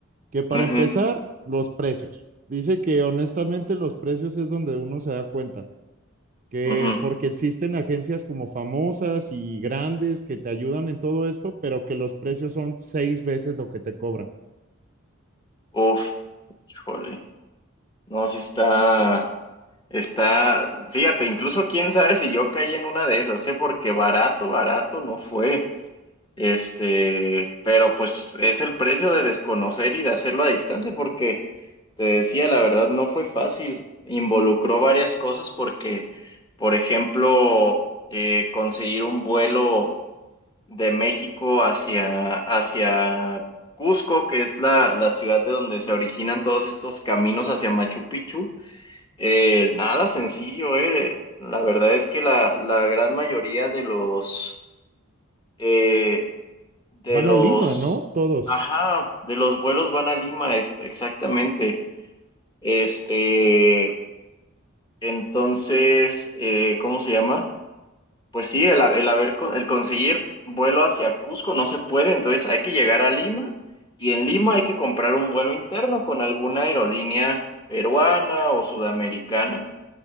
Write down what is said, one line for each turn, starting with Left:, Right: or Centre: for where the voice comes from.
Right: que para
Left: ujú,
Right: empezar, los precios. Dice que honestamente los precios es donde uno se da cuenta, que
Left: ujú.
Right: porque existen agencias como famosas y grandes que te ayudan en todo esto, pero que los precios son seis veces lo que te cobran.
Left: Uf, híjole, no, sí está. Está, fíjate, incluso quién sabe si yo caí en una de esas, ¿eh? Porque barato, barato no fue. Este, pero pues es el precio de desconocer y de hacerlo a distancia, porque te decía, la verdad no fue fácil. Involucró varias cosas porque, por ejemplo, eh, conseguir un vuelo de México hacia, hacia Cusco, que es la, la ciudad de donde se originan todos estos caminos hacia Machu Picchu. Eh, nada sencillo, eh. La verdad es que la, la gran mayoría de los eh, de
Right: Van
Left: los
Right: a Lima, ¿no? Todos.
Left: ajá, de los vuelos van a Lima, ex- exactamente. Este, entonces, eh, ¿cómo se llama? Pues sí, el, ha- el haber co- el conseguir vuelo hacia Cusco no se puede, entonces hay que llegar a Lima y en Lima hay que comprar un vuelo interno con alguna aerolínea peruana o sudamericana.